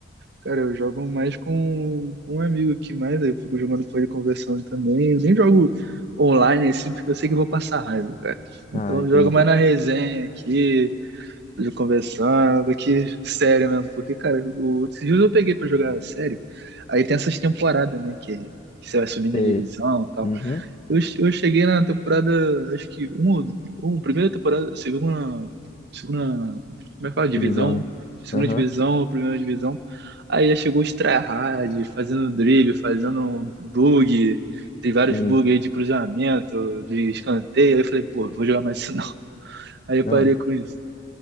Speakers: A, on the right (about 55°); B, on the left (about 30°).
A: Cara, eu jogo mais com com um amigo aqui mais, aí eu fico jogando com ele conversando também. Eu nem jogo online assim, porque eu sei que eu vou passar raiva, cara. Então
B: Ah, entendi.
A: eu jogo mais na resenha aqui, de conversando, que sério mesmo. Porque, cara, o, esses dias eu peguei pra jogar sério. Aí tem essas temporadas, né, que, que você vai subindo
B: Sei.
A: em divisão e tal.
B: Uhum.
A: Eu, che- eu cheguei na temporada, acho que um, um primeira temporada, segunda, segunda, como é que fala? Divisão,
B: Divisão, né?
A: segunda
B: Aham.
A: divisão, primeira divisão. Aí já chegou os tryhard, fazendo drible, fazendo bug, tem vários
B: Sim.
A: bugs aí de cruzamento, de escanteio. Aí eu falei, pô, vou jogar mais isso não. <laughs> Aí eu
B: Não.
A: parei com isso.